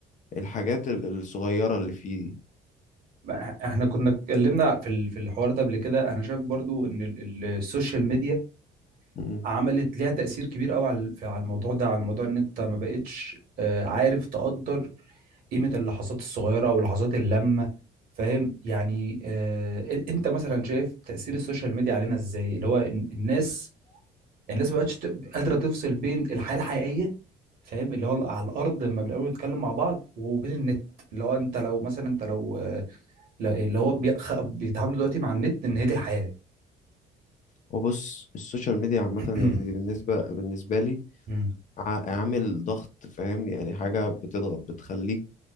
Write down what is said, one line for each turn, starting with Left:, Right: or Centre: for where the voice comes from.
Left: الحاجات ال- الصغيرة اللي فيه دي.
Right: ما إح- احنا كنا اتكلمنا في ال- في الحوار ده قبل كده انا شايف برضو ان ال- ال- السوشيال ميديا
Left: مم.
Right: عملت ليها تأثير كبير قوي على في- على الموضوع ده على الموضوع ان انت ما بقتش آه، عارف تقدر قيمة اللحظات الصغيرة او لحظات اللمة فاهم يعني آه، إ- انت مثلا شايف تأثير السوشيال ميديا علينا ازاي اللي هو إن- الناس الناس ما بقتش ت- قادرة تفصل بين الحياة الحقيقية فاهم اللي هو على الارض لما بنقابل نتكلم مع بعض وبين النت اللي هو انت لو مثلا انت لو آه، لا- اللي هو بي- خ- بيتعاملوا دلوقتي مع النت ان هي دي الحياة
Left: وبص السوشيال ميديا عامة
Right: <clears throat>
Left: يعني بالنسبة بالنسبة لي
Right: مم.
Left: ع- عامل ضغط فاهم يعني حاجة بتضغط بتخليك